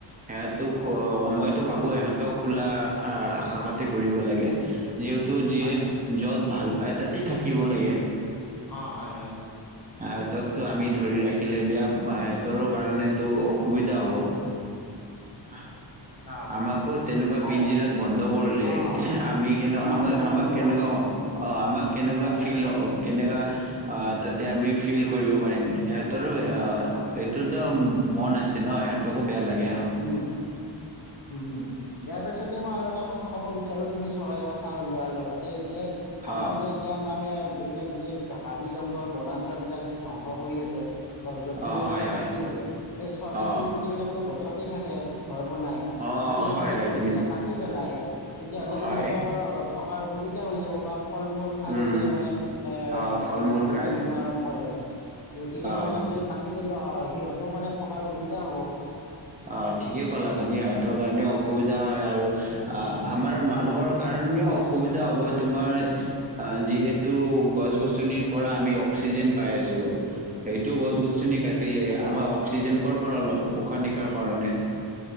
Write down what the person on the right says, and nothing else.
সিহঁতো মই ভাবোঁ সিহঁতক খোলা আকাশতে ঘূৰিব লাগে। যিহেতু যিয়ে
য'ত ভাল পায় তাতেই থাকিব লাগে।
সিহতকতো আমি ধৰি ৰাখিলে বেয়া, সিহতৰ কাৰণে অসুবিধা হ'ব। আহ',।
আমাকো তেনেকুৱা পিঞ্জিৰাত
বন্ধ কৰিলে,
আমি কেনে
আম-
আমাক
কেনেকুৱা
হওঁ। অ', আমাক কেনেকুৱা
ফিল হ'ব? কেনেকুৱা তাতে আমি ফিল কৰিব পাৰিম। সিহঁতৰো সিহঁতৰো
মন আছে ন', ইহঁতকো বেয়া লাগে অ',।
অ
অ হয়
হয়
অ
অ
হয়
হয়
তুমি
হয়
উম
অ ফল
মূল
খাই
অ
অ', ঠিক কলা তুমি, সিহঁতৰ কাৰণে অস অসুবিধা হয় আৰু আহ' আমাৰ মানুহৰ কাৰণেও অসুবিধা হ'ব, তোমাৰ অ', যিহেতু গছ-গছনিৰ পৰা আমি অক্সিজেন পাই আছোঁ, সেইটো গছ-গছনি কাটি কাটিলে আমাৰ অক্সিজেননৰ পৰা ল'ম? উসাহ নিশাহ কাৰণে,